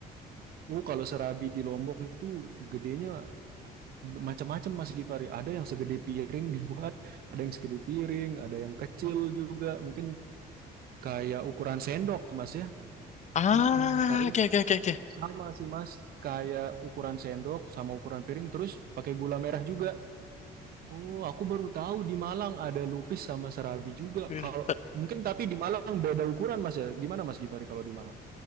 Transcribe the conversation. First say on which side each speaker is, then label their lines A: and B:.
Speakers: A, on the right (about 65°); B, on the left (about 45°).
A: Oh, kalau serabi di Lombok itu gedenya macam-macam Mas Givari. Ada yang segede piring dibuat, ada yang segede piring, ada yang kecil juga. Mungkin kayak ukuran sendok mas ya
B: Ah,
A: Mm-mm. terus
B: oke oke oke oke.
A: sama sih mas kayak ukuran sendok sama ukuran piring terus pakai gula merah juga oh aku baru tahu di Malang ada lupis sama serabi juga
B: Ya
A: kalau
B: Udah.
A: mungkin tapi di Malang beda ukuran mas ya gimana mas Givari kalau di Malang